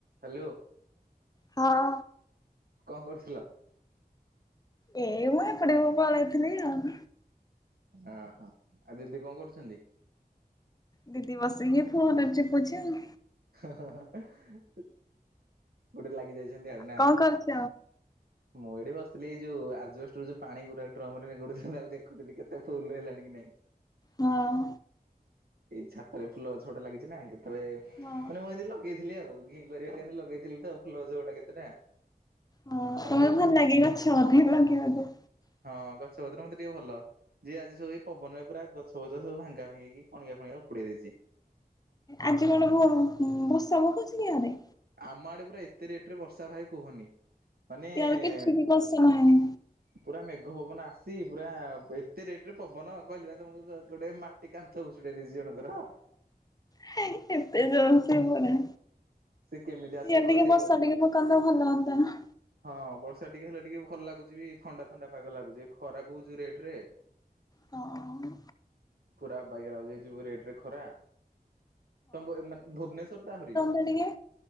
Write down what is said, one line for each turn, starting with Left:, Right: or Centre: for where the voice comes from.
Right: Hello.
Left: ହଁ।
Right: କଣ କରୁଥିଲ?
Left: ଏଇ ମୁଁ ଏଖଟିଆକୁ ପାଳେଇଥିଲି ଆଉ।
Right: ଅହଁ ଆଉ ଦିଦି କଣ କରୁଛନ୍ତି?
Left: ଦିଦି ବସିକି ଫୋନ୍ ଚିପୁଚି ଆଉ।
Right: ଗୋଟେ ଲାଗି ଯାଇଛନ୍ତି ଆଉ ନା। <unintelligible>
Left: କଣ କରୁଛ?
Right: ମୁଁ ଏଠି ବସିଥିଲି ଏ ଯୋଉ ଆଜିବେଷ୍ଟରୁ ଯୋଉ ପାଣି ଗୁରା ଡ୍ରମ୍ ରେ ନିଗୁଡୁଥିଲା ତାକୁ ଦେଖୁଥିଲି କେତେ ଫୁଲ୍ ହେଲାଣି କି ନାଇଁ।
Left: ମଅଁ
Right: ଏଇ ଛାତରେ ଫୁଲଗଛ ଗୋଟେ ଲାଗିଛି ନା କେତୋଳେ ମାନେ
Left: ହଁ
Right: ମୁଁ ଏମିତି ଲଗେଇଥିଲି ଆଉ। ଘିଁ କରିବା ପାଇଁ ତ ଲଗେଇଥିଲି ତ ଫୁଲଗଛ ଗୁଡା କେତେଟା
Left: ହଁ
Right: ତାକୁ
Left: ତମେ ଭଲ ଲାଗେ ଗଛ ବୋଧେ ଲଗେଇବାକୁ?
Right: ହଁ ଗଛ ପତ୍ର ମତେ ଟିକେ ଭଲ। ଯେ ଆଜି ସବୁ ପବନ ପାଇଁ ପୁରା ଗଛ ପଛ ଭାଙ୍ଗା ଭାଙ୍ଗିକି କଣିକା ଫଣିକା ଉପୁଡେଇ ଦେଇଚି।
Left: ଆଜି କଣ ବହୁ ବର୍ଷା ଭୁକୁଛି କି ଆରେ?
Right: ଆମ ଆଡେ ପୁରା ଏତେ ରେଟ୍ ରେ ବର୍ଷା ଭାଇ କୁହନି। ମାନେ
Left: ଇଆଡେ କିଛି ବି ବର୍ଷା ନାହିଁ।
Right: ପୁରା ମେଘ ପବନ ଆସି ପୁରା ଏତେ ରେଟ୍ ରେ ପବନ କହିଲି ପା ତମକୁ ଗୋଟେ ମା ଟି କାନ୍ଥ ଭସୁଡେଇଚି ଜଣଙ୍କର।
Left: ହେଇ ଏତେ ଜଳ ସେ ପରା।
Right: ସେ କେମିତି ଆସିଲେ
Left: ଇଆଡ଼େ
Right: କଣ
Left: ଟିକେ
Right: ସିଏ
Left: ବର୍ଷା
Right: କ
Left: ଟିକେ ପକାନ୍ତା ଭଲ ହୁଅନ୍ତା ନା।
Right: ହଁ ବର୍ଷା ଟିକେ ହେଲେ ଟିକେ ଭଲ ଲାଗୁଛି ବି ଥଣ୍ଡା ଥଣ୍ଡା ପାଗ ଲାଗୁଛି ଖରାକୁ ଯୋଉ ରେଟ୍ ରେ
Left: ହଁ।
Right: ପୁରା ଅବାଗିଆ ଲାଗୁଚି ଯୋଉ ରେଟ୍ ରେ ଖରା ତମ ମାନେ ଭୁବନେଶ୍ଵର ତା ଆହୁରି।
Left: କଣ କହିଲେ?